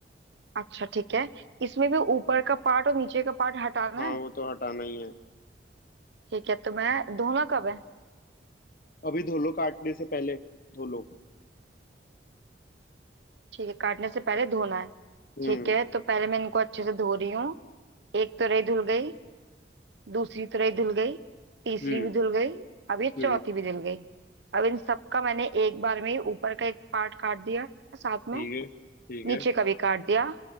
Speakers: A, on the right (about 75°); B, on the left (about 50°).
A: अच्छा ठीक है इसमें भी ऊपर का पार्ट और नीचे का पार्ट हटाना
B: हाँ
A: है
B: वो तो हटाना ही है
A: ठीक है तो मैं धोना कब है
B: अभी धो लो काटने से पहले धो लो
A: ठीक है काटने से पहले धोना है
B: हम्म
A: ठीक है तो पहले मैं इनको अच्छे से धो रही हूँ एक तुरई धुल गई दूसरी तुरई धुल गई तीसरी
B: हम्म
A: भी धुल गई अब ये
B: हम्म
A: चौथी भी धुल गई अब इन सबका मैंने एक बार में ही ऊपर का एक पार्ट काट दिया साथ में
B: ठीक है ठीक
A: नीचे
B: है
A: का भी काट दिया